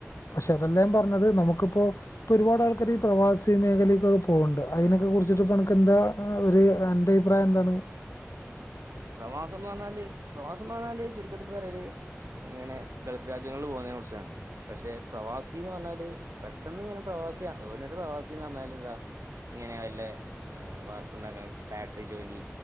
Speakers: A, on the left; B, on the right.
A: പക്ഷെ അതല്ലാ ഞാൻ പറഞ്ഞത് നമുക്കിപ്പോ ഇപ്പൊ ഒരുപാട് ആൾക്കാര് ഈ പ്രവാസി മേഖലയിലേക്കൊക്കെ പോവണ്ട് അയിനൊക്കെ കുറിച്ചിട്ട് ഇപ്പനക്ക് എന്താ ആഹ് ഒരു അന്റെ അഭിപ്രായം എന്താണ്
B: പ്രവാസംന്ന് പറഞ്ഞാല് പ്രവാസംന്ന് പറഞ്ഞാല് ചുരുക്കത്തിൽ പറയല് ഇങ്ങനെ ഗൾഫ് രാജ്യങ്ങളിൽ പോന്നെ കുറിച്ചാണ് പക്ഷെ പ്രവാസീന്ന് പറഞ്ഞാല് പെട്ടെന്ന് ഇങ്ങനെ പ്രവാസിയാണ് ഓനൊരു പ്രവാസിന്ന് പറഞ്ഞാല് ഇതാ ഇങ്ങനെ വല്ലേ ഏ വാർപ്പുണ്ടാക്കാൻ ഫാക്ടറി ജോലി